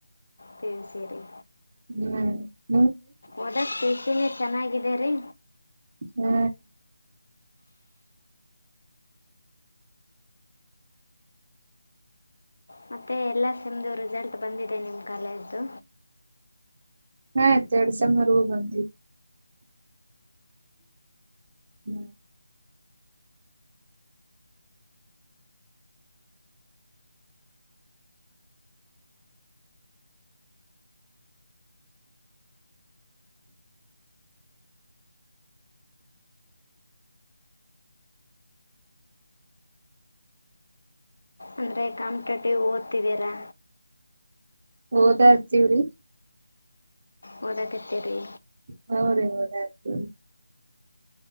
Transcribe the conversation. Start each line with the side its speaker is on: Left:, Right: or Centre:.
Left: ಪಿ ಯು ಸಿ ರಿ.
Right: <unintelligible>
Left: ಓದಕ್ ಪಿ ಯು ಸಿ ನೆ ಚೆನ್ನಾಗಿದೆರಿ.
Right: ನಾ
Left: ಮತ್ತೆ ಎಲ್ಲ ಸಿಮ್ದು ರಿಸಲ್ಟ್ ಬಂದಿದೆ ನಿಮ್ಮ ಕಾಲೇಜ್ದು.
Right: ಹಾತ್ತಡ್ಸೆ ಸೇಮ್ವರ್ಗು ಬಂತಿ. ಹ್ಮ ಬ.
Left: ಅಂದರೆ ಕಾಂಪಿಟೇಟಿವ್ ಓದ್ತಿದ್ದೀರಾ.
Right: ಹೋದ ಅತ್ತಿವ್ರಿ.
Left: ವೋದ ಕತೀರಿ.
Right: ಹೌ ರೀ ವೋದ ಅತಿವ್ರಿ.